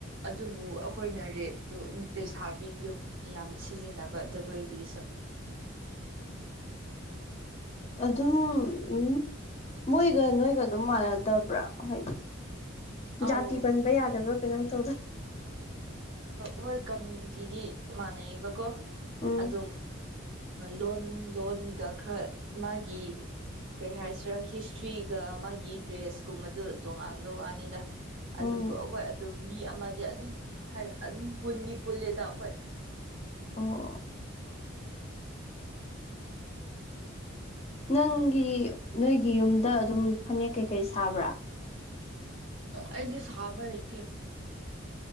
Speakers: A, on the right; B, on the left.
A: ꯑꯗꯨꯕꯨ ꯑꯩꯈꯣꯏꯅ ꯔꯦꯠꯇꯨ ꯂꯩꯁꯥꯕꯤꯒꯤꯗꯨ ꯌꯥꯝ ꯁꯤꯖꯤꯟꯅꯕ ꯖꯒꯣꯏꯒꯤꯁꯨ
B: ꯑꯗꯨꯝ ꯎꯝ ꯃꯣꯏꯒ ꯅꯣꯏꯒ ꯑꯗꯨꯝ ꯃꯥꯟꯅꯗꯕ꯭ꯔꯥ ꯍꯣꯏꯗꯤ
A: ꯑꯧ
B: ꯖꯥꯇꯤ ꯄꯟꯕ ꯌꯥꯗꯕ꯭ꯔꯥ ꯀꯩꯅꯣꯝ ꯇꯧꯗꯥꯏ
A: ꯍꯣꯏ ꯀꯝꯃꯌꯨꯅꯤꯇꯤꯗꯤ ꯃꯥꯟꯅꯩꯌꯦꯕꯀꯣ
B: ꯎꯝ
A: ꯑꯗꯨꯝ ꯂꯣꯟ ꯂꯣꯟꯒ ꯈꯔ ꯃꯥꯒꯤ ꯀꯩ ꯍꯥꯏꯁꯤꯔꯥ ꯍꯤꯁꯇ꯭ꯔꯤꯒ ꯃꯥꯒꯤ ꯗ꯭ꯔꯦꯁꯀꯨꯝꯕꯗ ꯇꯣꯉꯥꯟꯕ ꯋꯥꯅꯤꯗ ꯑꯗꯨꯕꯨ
B: ꯎꯝ
A: ꯑꯩꯈꯣꯏ ꯑꯗꯨꯝ ꯃꯤ ꯑꯃꯗꯤ ꯑꯗꯨꯝ ꯑꯗꯨꯝ ꯄꯨꯟꯗꯤꯄꯨꯜꯂꯦꯗ ꯑꯩꯈꯣꯏ
B: ꯑꯣ ꯅꯪꯒꯤ ꯅꯣꯏꯒꯤ ꯌꯨꯝꯗ ꯑꯗꯨꯝ ꯐꯅꯦꯛ ꯀꯩꯀꯩ ꯁꯥꯕ꯭ꯔꯥ
A: ꯑꯩꯗꯤ ꯁꯥꯕ ꯍꯩꯇꯦ